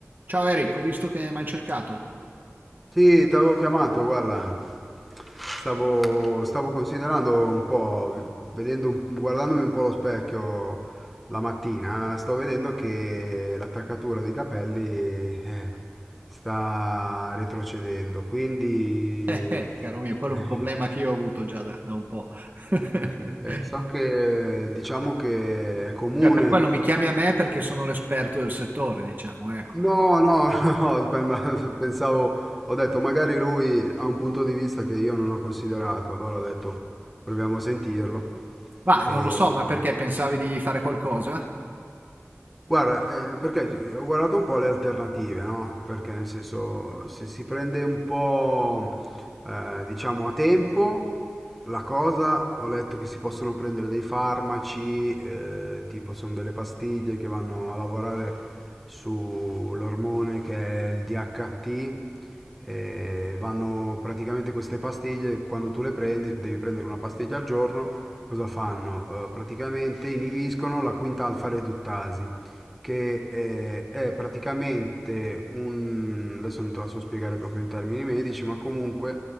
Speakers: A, on the right; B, in the centre.
A: Ciao Eric, ho visto che mi hai cercato. <laughs>
B: Sì, ti avevo chiamato, guarda, stavo, stavo considerando un po', vedendo, un- guardandomi un po' allo specchio la mattina, sto vedendo che l'attaccatura dei capelli eh, sta retrocedendo, quindi
A: Eh, eh, caro mio, quello
B: eh,
A: è un problema che io ho avuto già da, da un po'. <laughs>
B: eh, so che diciamo che è comune.
A: Cioè, per quello mi chiami a me perché sono l'esperto del settore, diciamo, ecco.
B: No, no, <laughs> no, per me- pensavo, ho detto magari lui ha un punto di vista che io non ho considerato, allora ho detto proviamo a sentirlo.
A: Ma
B: E,
A: non lo so, ma perché pensavi di fare qualcosa?
B: guarda, eh, perché ho guardato un po' le alternative, no? Perché nel senso, se si prende un po', eh, diciamo, a tempo, La cosa, ho letto che si possono prendere dei farmaci, eh, tipo sono delle pastiglie che vanno a lavorare sull'ormone che è il DHT, e vanno praticamente queste pastiglie, quando tu le prendi, devi prendere una pastiglia al giorno, cosa fanno? Eh, praticamente inibiscono la quinta alfa reduttasi, che eh, è praticamente un... adesso non te la so spiegare proprio in termini medici, ma comunque